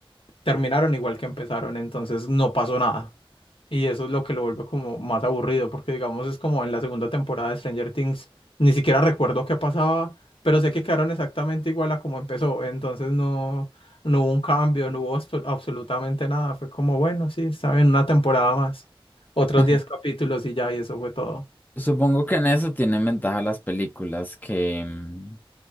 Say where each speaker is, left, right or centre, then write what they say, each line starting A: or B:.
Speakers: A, on the left (about 70°); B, on the left (about 20°).
A: terminaron igual que empezaron, entonces no pasó nada. Y eso es lo que lo vuelve como más aburrido, porque digamos es como en la segunda temporada de Stranger Things, ni siquiera recuerdo qué pasaba, pero sé que quedaron exactamente igual a como empezó, entonces no... No hubo un cambio, no hubo abso- absolutamente nada. Fue como, bueno, sí, está bien, una temporada más. Otros
B: <laughs>
A: 10 capítulos y ya, y eso fue todo.
B: Supongo que en eso tienen ventaja las películas que, mm,